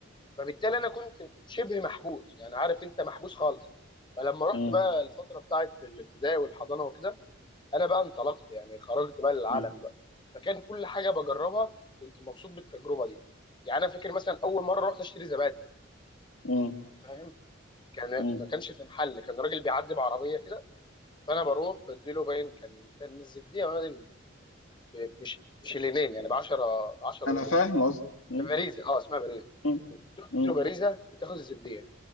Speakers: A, on the left (about 25°); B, on the left (about 90°).
A: فبالتالي انا كنت شبه محبوس يعني عارف انت محبوس خالص فلما رحت
B: م-
A: بقى الفتره بتاعه الابتدائي والحضانه وكده انا بقى انطلقت يعني خرجت بقى للعالم
B: م-
A: بقى فكان كل حاجه بجربها كنت مبسوط بالتجربه دي يعني انا فاكر مثلا اول مره رحت اشتري زبادي
B: م-
A: فاهم كان
B: م.
A: ما كانش في محل كان راجل بيعدي بعربيه كده فانا بروح بديله باين كان كان الزبديه باين ب- بش- بشلينين يعني ب 10 10
B: انا
A: قروش
B: فاهم قصدي م-
A: كان باريزه اه اسمها باريزه
B: م-
A: تروح
B: م.
A: تديله باريزه وتاخد الزبديه